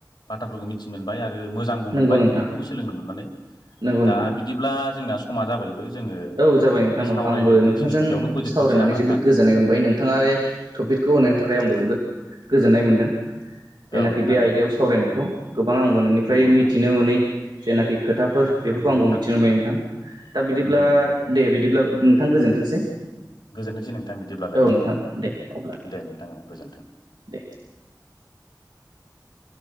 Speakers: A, on the left (about 85°); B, on the right (about 80°).
A: बाथ्राफोरखौ मिथि मोनबाय आरो आरो मोजांबो मोनबाय
B: नंगौ नोंथां
A: बेफोरखौ सोलोंनो मोननानै
B: नंगौ
A: दा
B: नोंथां
A: बिदिब्ला जोंना समा जाबायबो। जोङो
B: औ जाबाय नोंथां
A: बे सावरायनायखौ
B: औ आंबो नोंथांजों
A: दिनै बेयावनो फोजोबथ'नोसै
B: सावरायनानै
A: नामा नोंथां
B: जोबोद गोजोननाय मोनबाय नोंथाङा टपिकखौ होनायनि थाखाय आंबो जोबोद गोजोन्नाय मोनदों।
A: <inaudible>
B: जेनाखि बे आयदायाव
A: औ
B: सावरायनायखौ गोबां आंबो नोंनिफ्राय
A: नंगौ नोंथां
B: मिथिनो मोनै जेनाखि खोथाफोर बेफोर
A: नंगौ
B: खौ आंबो
A: नोंथां
B: मिथिनो मोनबाय नोंथां दा बिदिब्ला
A: नंगौ नोंथां नंगौ
B: दे बिदिब्ला नोंथां गोजोनथोंसै।
A: गोजोनथोंसै नोंथां बिदिब्लालाय
B: औ नोंथां दे अब्ला
A: दे नोंथां औ गोजोन्थों।
B: दे।
A: <inaudible>